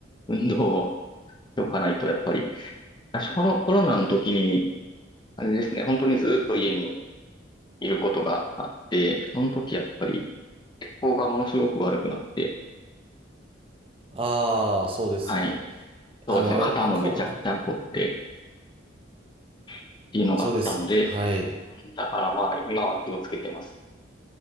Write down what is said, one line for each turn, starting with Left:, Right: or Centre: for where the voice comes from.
Left: 運動をしとかないと、やっぱり、私、コロ、コロナの時に、あれですね、本当にずっと家にいることがあって、その時やっぱり血行がものすごく悪くなって、
Right: ああ、そうですよね。
Left: はい。そうですね、
Right: あの、
Left: 肩もめちゃくちゃ凝って
Right: まあこ、
Left: っていうのがあったので、
Right: <laughs> そうです。はい。
Left: だからまあ今は気をつけてます。